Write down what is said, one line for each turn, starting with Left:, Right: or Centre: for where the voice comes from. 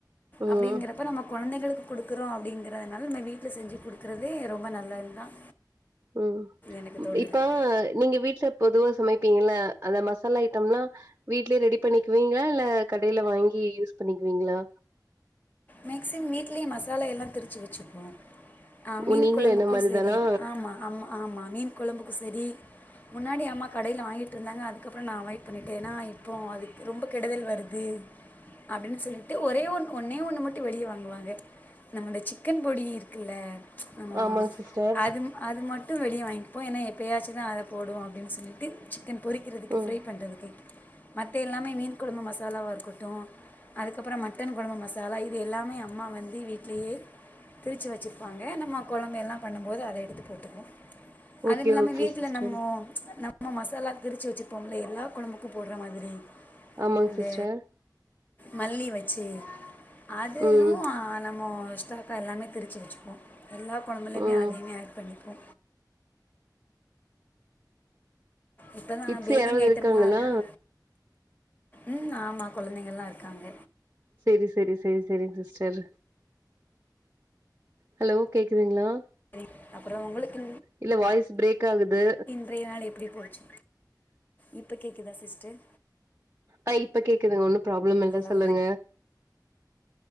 Right: ம்
Left: அப்டிங்கறப்ப நம்ம குழந்தைகளுக்கு குடுக்குறோம் அப்டிங் அதனால நா வீட்ல செஞ்சு குடுக்குறதே ரொம்ப நல்லது தான்
Right: ம்
Left: எனக்கு தோணுது
Right: இப்போ நீங்க வீட்ல பொதுவா சமைப்பீங்கள அந்த மசாலா ஐட்டம்ல்லா வீட்லே ரெடி பண்ணிக்குவீங்களா இல்ல கடையில வாங்கி யூஸ் பண்ணிக்குவீங்களா
Left: மேக்ஸிம் வீட்லே மசாலா எல்லா திருச்சு வச்சுக்குவோ ஆ
Right: ஓ!
Left: மீன்
Right: நீங்களும்
Left: கொழம்புக்கு
Right: என்ன மாரி
Left: செரி
Right: தானா?
Left: ஆமா ஆமா ஆமா மீன் குழம்புக்கு செரி முன்னாடி அம்மா கடையில வாங்கிட்டு இருந்தாங்க அதுக்கப்புறோ நா அவாய்ட் பண்ணிடே எனா இப்போ அதுக்கு ரொம்ப கெடுதல் வருது அப்டினு சொல்லிட்டு ஒரே ஒன்னே ஒன்னு மட் டு வெளிய வாங்குவாங்க நம்மட சிக்கன் பொடி இருக்குல்ல நம்மோ
Right: ஆமாங் சிஸ்டர்.
Left: அதுவு அது மட்டு வெளிய வாங்கிப்போ ஏனா எப்பயாச்சு தா அத போடுவோ அப்டினு சொல்லிட்டு சிக்கன் பொறிக்கிறதுக்கு
Right: ம்.
Left: ஃப்ரை பண்ணுறதுக்கு மத்த எல்லாமே மீன் கொழம்பு மசாலாவா இருக்கட்டு அதுக்கப்புறோ மட்டன் கொழம்பு மசாலா இது எல்லாமே அம்மா வந்து வீட்லேயே திருச்சு வச்சிருப்பாங்க நம்ம குழம்ப எல்லா பண்ணும்போது அத எடுத்து போட்டுக்குவோ
Right: ஓகே,
Left: அதுவு இல்லாம
Right: ஓகே
Left: வீட்ல
Right: சிஸ்டர்.
Left: நம்மோ நம்ம மசாலா திரிச்சு வச்சுருப்போம்ல எல்லா கொழம்பு உப்பு போடுற மாதிரி
Right: ஆமாங்
Left: அந்த
Right: சிஸ்டர்.
Left: மல்லி வச்சு அதுவு
Right: ம்,
Left: நம்ம ஸ்டாக்கா எல்லாமே திருச்சு வச்சுப்போ எல்லா கொழம்புலையுமே
Right: ம்.
Left: அதையுமே ஆட் பண்ணிப்போ இப்போ தான்
Right: கிட்ஸ்
Left: பேக்கிங்
Right: யாராவுது
Left: ஐட்டம்லாம்
Right: இருக்காங்களா
Left: இருக்கும் ம் ஆமா குழந்தைங்கள்லா இருக்காங்க
Right: செரி செரி செரி செரிங்க சிஸ்டர் ஹலோ கேக்குதுங்களா
Left: அதே அப்புறோ உங்களுக்கு
Right: இல்ல வாய்ஸ் பிரேக் ஆகுது
Left: அறை நாள் எப்டி போச்சு இப்ப கேக்குதா சிஸ்டர்
Right: ஆ இப்ப கேக்குதுங்க ஒன்னு ப்ராப்ள மில்ல
Left: ஹலோ
Right: சொல்லுங்க